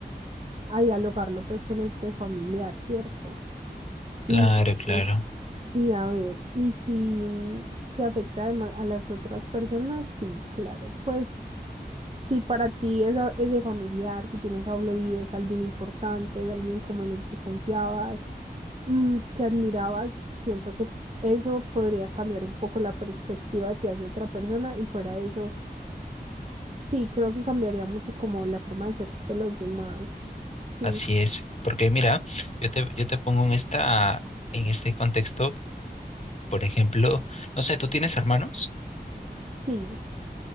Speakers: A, on the right; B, on the left.
A: a dialogarlo pues con este familiar, ¿cierto?
B: Claro,
A: Y,
B: claro,
A: y y a ver, y si mm, se afecta además a las otras personas, sí, claro, pues... Si para ti esa- ese familiar que tiene esa doble vida es alguien importante, es alguien como en el que confiabas, mm, que admirabas, siento que eso podría cambiar un poco la perspectiva de ti hacia otra persona y fuera de eso, sí, creo que cambiaría mucho como la forma de ser de los demás. Sí,
B: así es. Porque mira, yo te, yo te pongo en esta, en este contexto, por ejemplo, no sé, ¿tú tienes hermanos?
A: sí,